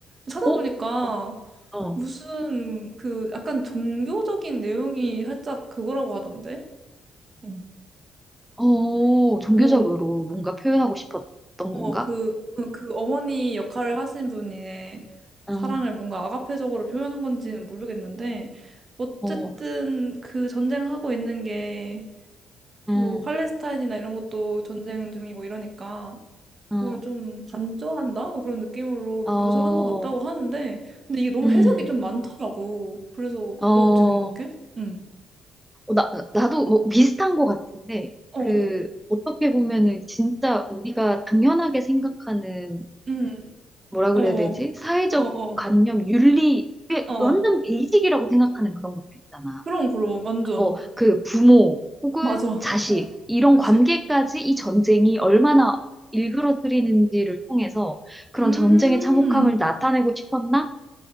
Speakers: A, on the right; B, in the centre.
A: 찾아보니까
B: 어? 어, 어,
A: 무슨 그 약간 종교적인 내용이 살짝 그거라고 하던데 응
B: 어, 종교적으로
A: 어
B: 뭔가 표현하고 싶었던 건가?
A: 어, 그, 어, 그 어머니 역할을 하신 분의
B: 어.
A: 사랑을 뭔가 아가페적으로 표현한 건지는 모르겠는데, 어쨌든
B: 어,
A: 그 전쟁하고 있는 게,
B: 음,
A: 뭐, 팔레스타인이나 이런 것도 전쟁 중이고 이러니까,
B: 어,
A: 그걸 좀 간조한다? 어, 그런 느낌으로
B: 어,
A: 묘사한 것 같다고 하는데, 근데 이게 너무
B: 음,
A: 해석이 좀 많더라고. 그래서,
B: 어, 어,
A: 넌 어떻게 생각해? 응.
B: 나, 나- 나도 뭐 비슷한 것 같은데,
A: 어어.
B: 그, 어떻게 보면은 진짜 우리가 당연하게 생각하는,
A: 응.
B: 뭐라
A: 어어.
B: 그래야 되지? 사회적
A: 어어.
B: 관념, 윤리, 이게
A: 어어.
B: 완전 베이직이라고 생각하는 그런 것들 있잖아.
A: 그럼, 그럼. 완전.
B: 어, 그 부모 혹은
A: 맞아.
B: 자식,
A: 응.
B: 이런
A: 그치.
B: 관계까지 이 전쟁이 얼마나 일그러뜨리는지를 통해서 그런
A: 음,
B: 전쟁의 참혹함을 나타내고 싶었나?